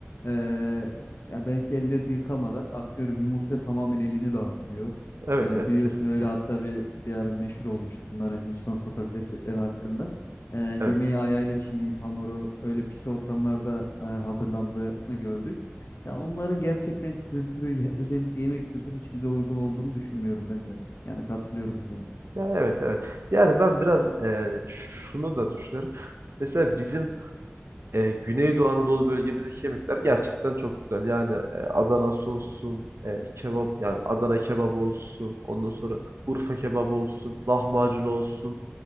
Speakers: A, on the left; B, on the right.
A: e, ya belki ellerini yıkamadan atıyorum yumurta tamamen elini dağıtıyor.
B: Evet
A: Ee,
B: evet
A: biliyorsun
B: kesinlikle.
A: öyle hatta bir, bir ara meşhur olmuştu bunların Hindistan sokak lezzetleri hakkında. E, yemeği
B: Evet.
A: ayağıyla çiğneyip hamuru öyle pis ortamlarda e, hazırlandığını gördük. Ya onların gerçekten kültürü ye- özellikle yemek kültürü hiç bize uygun olduğunu düşünmüyorum ben de. Yani katılıyorum o konuda.
B: Ya evet evet. Yani ben biraz e, şunu da düşünüyorum. Mesela bizim e, Güneydoğu Anadolu bölgemizdeki yemekler gerçekten çok güzel. Yani e, Adanası olsun, e, kebap yani Adana kebabı olsun, ondan sonra Urfa kebabı olsun, lahmacun olsun.